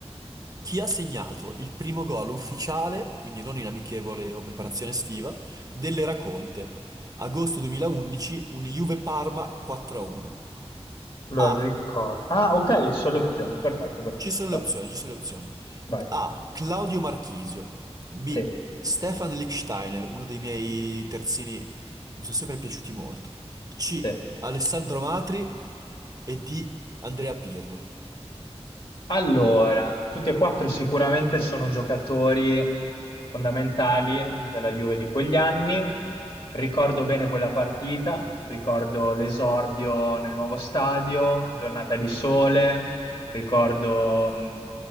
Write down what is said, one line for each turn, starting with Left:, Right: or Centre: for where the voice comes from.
Right: Chi ha segnato il primo gol ufficiale, quindi non in amichevole o preparazione estiva, dell'Era Conte? Agosto 2011, un Juve-Parma 4-1. A. uno.
Left: Allora,
Right: A.
Left: ricordo. Ah, ok, ci sono le opzioni. Perfetto, perfetto.
Right: Ci sono
Left: Vai.
Right: le opzioni, ci sono le opzioni.
Left: Vai.
Right: A. Claudio Marchisio. B.
Left: Sì,
Right: Stefan Lichtsteiner, uno dei miei terzini, mi sono sempre piaciuti molto. C.
Left: sì.
Right: Alessandro Matri e D. Andrea Pirlo.
Left: Allora, tutti e quattro sicuramente sono giocatori fondamentali della Juve di quegli anni. Ricordo bene quella partita, ricordo l'esordio nel nuovo stadio, giornata di sole, ricordo mh,